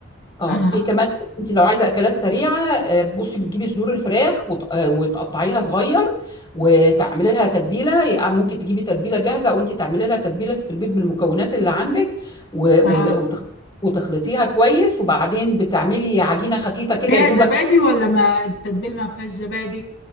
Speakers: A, on the left; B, on the left.
A: اه
B: اه
A: في كمان انت لو عايزه اكلات سريعه آه، بصي بتجيبي صدور الفراخ وت- آه، وتقطعيها صغير وتعملي لها تتبيله يا- ممكن تجيبي تتبيله جاهزه وانت تعملي لها تتبيله في البيت بالمكونات اللي عندك و- و-
B: اه
A: وتخ- وتخلطيها كويس وبعدين بتعملي عجينه خفيفه كده
B: فيها
A: يا دوبك
B: زبادي ولا ما التتبيل ما فيهاش زبادي